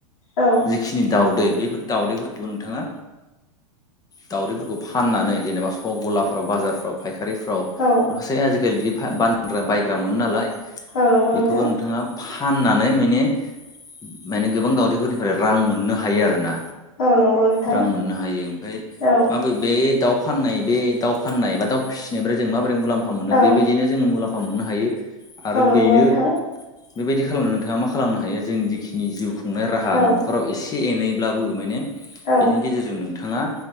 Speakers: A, on the left; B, on the left.
A: औ
B: जिखिनि दावदै बेफोर दाउदैफोरखौबो नोंथाङा दावदैफोरखौ फाननानै जेनेबा सग गलाफ्राव बाजारफ्राव फायखारिफ्राव
A: औ
B: मोनसै आजिखालि बिदि बानग्रा बायग्रा मोनो नालाय
A: औ नंगौ
B: बेखौबो
A: नोंथां
B: नोंथाङा फाननानै माने माने गोबां दावदैफोरनिफ्राय रां मोननो हायो आरो ना।
A: औ नंगौ नोंथां
B: रां मोननो हायो ओमफाय
A: औ
B: माबै बे दाउ फाननाय बे दाउ फाननाय बा फिसिनायनिफ्राय जों माबोरै मुलाम्फा मोनो
A: औ
B: बेबायदिनो जोङो मुलाम्फा मोननो हायो। आरो
A: औ नंगौ
B: बेनो
A: नोंथां
B: बेबायदि खालामनानै नोंथाङा मा खालामनो हायो जोंनि जिखिनि जिउ खुंनाय राहा
A: औ
B: न'ख राव एसे एनैब्लाबो माने
A: औ
B: बेनि गेजेरजों नोंथाङा